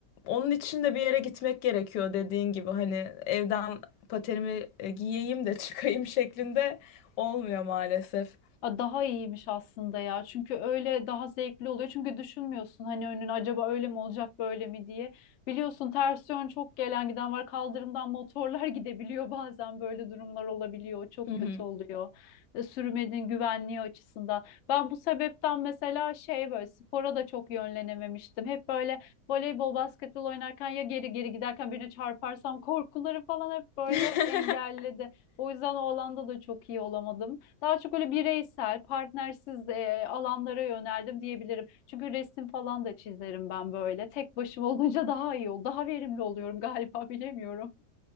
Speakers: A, on the left (about 80°); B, on the left (about 65°).
A: onun için de bir yere gitmek gerekiyor dediğin gibi hani evden paterimi e, giyeyim de <laughs> çıkayım şeklinde olmuyor maalesef.
B: Aa, Daha iyiymiş aslında ya. Çünkü öyle daha zevkli oluyor. Çünkü düşünmüyorsun hani önün acaba öyle mi olacak böyle mi diye. Biliyorsun ters yön çok gelen giden var. Kaldırımdan motorlar <laughs> gidebiliyor bazen böyle durumlar olabiliyor. Çok
A: Hı hı.
B: kötü oluyor. E, Sürmenin güvenliği açısından. Ben bu sebepten mesela şey böyle spora da çok yönlenememiştim. Hep böyle voleybol, basketbol oynarken ya geri geri giderken birine çarparsam korkuları falan hep böyle
A: <laughs>
B: engelledi. O yüzden o alanda da çok iyi olamadım. Daha çok öyle bireysel, partnersiz e, alanlara yöneldim diyebilirim. Çünkü resim falan da çizerim ben böyle. Tek başıma <laughs> olunca daha iyi ol, daha verimli oluyorum galiba <laughs> bilemiyorum.